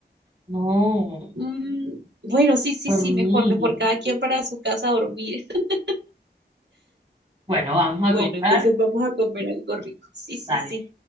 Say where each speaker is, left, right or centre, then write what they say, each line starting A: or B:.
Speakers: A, on the right; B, on the right.
A: No,
B: Mm, bueno, sí, sí,
A: por
B: sí,
A: mí.
B: mejor, mejor cada quien para su casa a dormir. <laughs>
A: Bueno, vamos
B: Bueno,
A: a comprar.
B: entonces vamos a comer algo rico. Sí, sí,
A: Dale.
B: sí.